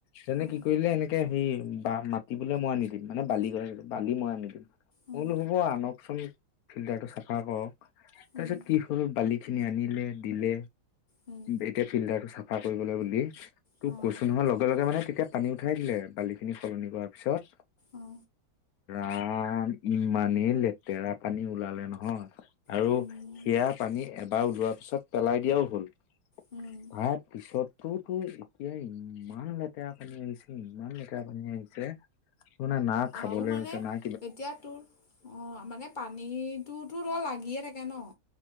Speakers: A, on the left (about 80°); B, on the left (about 50°).
A: যেনে
B: উম
A: কি কৰিলে এনেকে হে বা মাটি বোলে মই আনিদিম মানে বালি কথা কৈছে বালি মই হয় নিকি মই
B: উম
A: বোলো হ'ব আনকচোন ফিল্টাৰটো চাফা কৰক
B: উম
A: তাৰপিছত কি হল বালি খিনি আনিলে দিলে
B: উম উম
A: বে ফিল্টাৰটো চাফা কৰিবলৈ বুলি তোক
B: অঁ
A: কৈছোঁ নহয় হোৱাৰ লগে লগে মানে তেতিয়া পানী উঠাই দিলে বালি খিনি সলনি কৰাৰ পিছত
B: অঁ
A: আআআ ইমানেই লেতেৰা পানী ওলালে নহয় আৰু
B: উম
A: সেয়া পানী এবাৰ ওলোৱাৰ পিছত পেলাই দিয়াও হ'ল।
B: উম
A: তাৰ পিছতো তো এতিয়া ইমান লেতেৰা পানী আহিছে ইমান লেতেৰা পানী আহিছে ত মানে না
B: আৰু
A: খাবলৈ
B: মানে
A: হৈছে নাই।
B: এতিয়া তোৰ অ মানে পানীটোতো ধয় লাগিয়ে থাকে কে ন